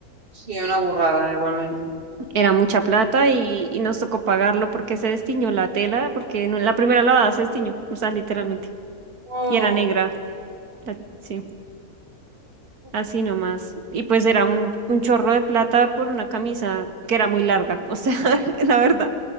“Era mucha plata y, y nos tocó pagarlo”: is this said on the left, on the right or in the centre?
Right